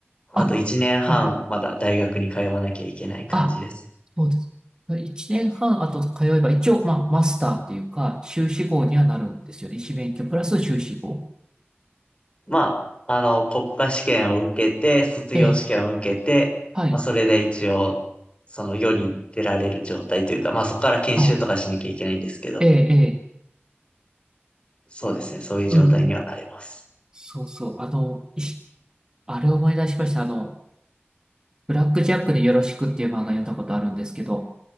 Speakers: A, on the left; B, on the right.
A: あと1年半、
B: あ、うん
A: まだ大学に通わなきゃいけない感じです。
B: あ、そうです。1年半あと通えば、一応、まあ、マスターっていうか、修士号にはなるんですよね。医師免許プラス修士号。
A: まあ、あの、国家試験を受けて、卒業試験を受けて、
B: ええ、はい。
A: まあ、それで一応、その世に出られる状態というか、まあ、そこから研修とかしなきゃいけないんですけど、
B: あ、ええ、ええ、
A: そうですね、そういう状態にはなれます。
B: うん、うんそうそう。あの、医師あれを思い出しました。あの、ブラックジャックでよろしくっていう漫画読んだことあるんですけど、